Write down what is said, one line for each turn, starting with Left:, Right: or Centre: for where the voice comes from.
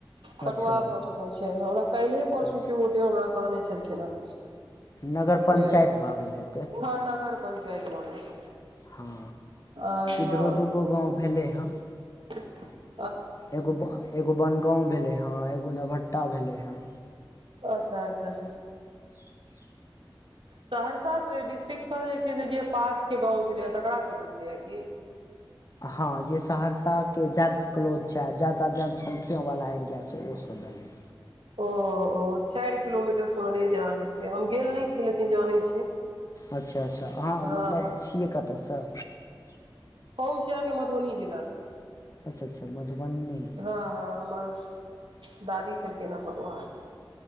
Right: पटुआहा
Left: अच्छा
Right: भऽ चुकल छै हमरा कैल्हे परसु
Left: अच्छा
Right: कियो केओ हमरा कहने छेलखिन हेँ।
Left: नगर पंचाइत
Right: जे
Left: भऽ गेल हेतै।
Right: हँ नगर पंचायत भऽ गेल छै
Left: हँ
Right: आर हँ
Left: इधरो दूगो गाँव भेलै हँ।
Right: <inaudible>
Left: एगो ब एगो बनगाँव भेलै हँ, एगो नवहट्टा भेलै हेँ।
Right: अच्छा अच्छाच सहरसा से डिस्ट्रिक्टसँ जे छै से, जे पास के गाँव छलैए तकरा सबके भेलैए की?
Left: हँ जे सहरसाके ज्यादा क्लोज छै, आ ज्यादा जनसंख्या वला एरिया छै, ओसभ भेलै।
Right: ओ ओ चारि किलोमीटर सुन लेज अहाँके से हम गेल नहि छी लेकिन जनइ छियै।
Left: अच्छा अच्छा अहाँ
Right: हँ
Left: मतलब
Right: हँ
Left: छियै कतऽसँ?
Right: हम छीहाँके मधुबनी जिला से।
Left: अच्छा अच्छा मधुबनी
Right: हँ हँ हमर दादी छलखिन हँ पटुआहके।